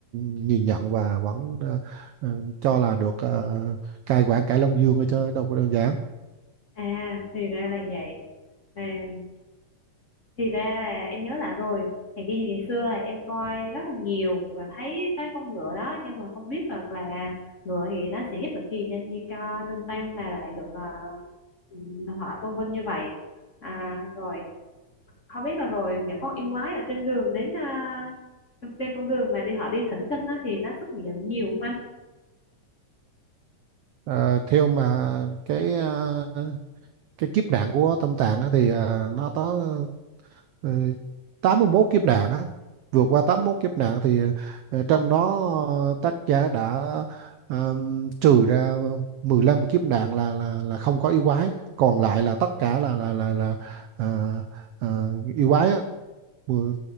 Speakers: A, on the right; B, on the left.
A: nhìn nhận và vẫn à, à, cho là được à, cai quản cải Long Dương ở chứ đâu có đơn giản
B: À, thì ra là vậy. À, thì ra là em nhớ lại rồi. Thì kia thì ngày xưa là em coi rất là nhiều và thấy cái con ngựa đó nhưng mà không biết được là ngựa thì nó sẽ giúp được gì cho như cho Linh Tam mà lại được ờ, ừ, họ tôn vinh như vậy. À, rồi không biết là rồi những con yêu quái ở trên đường đến à, trên con đường mà đi họ đi thỉnh kinh á, thì nó xuất hiện nhiều không anh
A: À, theo mà cái à, cái kiếp nạn của Tâm Tạng á thì à, nó có Ờ, 81 kiếp nạn á vượt qua 81 kiếp nạn thì ờ, trong đó ờ, tác giả đã ờm, trừ ra 15 kiếp nạn là là là không có yêu quái còn lại là tất cả là là là là à, à, yêu quái á Mười-